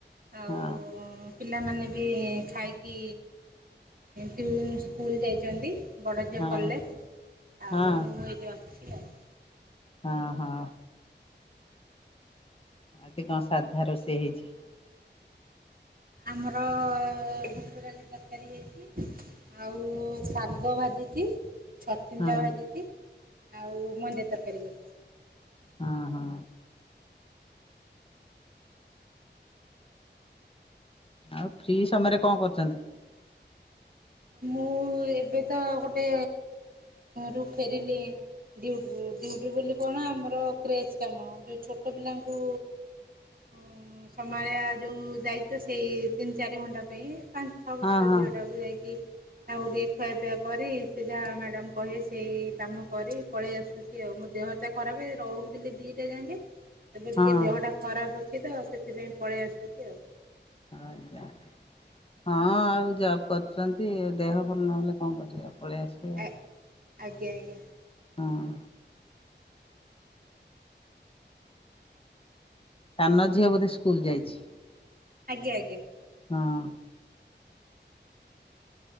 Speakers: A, on the right; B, on the left.
A: ଆଉ
B: ହଁ
A: ପିଲାମାନେ ବି ଖାଇକି ଟି ସ୍କୁଲ ଯାଇଛନ୍ତି। ବଡ଼ଝିଅ
B: ହଁ
A: କଲେଜ
B: ହଁ
A: ଆଉ ମୁଁ ଏଇଠି ଅଛି ଆଉ।
B: ହଁ ହଁ। ଆଜି କଣ ସାଧା ରୋଷେଇ ହେଇଛି?
A: ଆମର ବୁଟଡାଲି ତରକାରୀ ହେଇଛି। ଆଉ ଶାଗ ଭାଜିଚି। ଛଚିନ୍ଦ୍ରା
B: ହଁ
A: ଭାଜିଚି ଆଉ ମଞ୍ଜା ତରକାରୀ କରିଚି।
B: ହଁ ହଁ। ଆଉ ଫ୍ରି ସମୟରେ କଣ କରୁଛନ୍ତି।
A: ମୁଁ ଏବେ ତ ଗୋଟେ ରୁ ଫେରିଲି। ଡିଉଟିରୁ ଡ଼ିଉଟି ବୋଲି କଣ ଆମର କ୍ରେଜ କାମ ଯୋଉ ଛୋଟ ପିଲାଙ୍କୁ
B: ହ।
A: ଅ ସମ୍ଭାଳିବା ଯେଉଁ ଦାୟିତ୍ୱ ସେଇ ତିନି ଚାରି ଘଣ୍ଟା ପାଇଁ। ପାଞ୍ଚ ଛଅ
B: ହଁ
A: ବର୍ଷ
B: ହଁ
A: ଝିଅଟାକୁ ଯାଇକି ତାଙ୍କୁ ଟିକେ ଖୁଆପିଆ କରି ସେ ଯାହା ମ୍ୟାଡାମ କହୀବେ ସେଇ କାମ କରି ପଳେଇ ଆସୁଚୁ। ଆଉ ମୋ ଦେହଟା ଖରାପ ରହୁଥିଲି ଦିଟା ଯାଙ୍କେ। ଏବେ
B: ହଁ।
A: ଟିକେ ଦେହଟା ଖରାପ ଅଛି ତ ସେଥିପାଇଁ ପଳେଇ ଆସୁଛି ଆଉ।
B: ଆ୍ଞା ହଁ ଆଉ ଯ କରୁଛନ୍ତି ଦେହ ଭଲ ନହେଲେ କଣ କରିବେ ପଳେଇ ଆସିବେ। ଆଉ।
A: ଆ ଆଜ୍ଞା ଆଜ୍ଞା।
B: ହଁ ସାନ ଝିଅ ବୋଧେ ସ୍କୁଲ ଯାଇଛି।
A: ଆଜ୍ଞ ଆଜ୍ଞା।
B: ହଁ।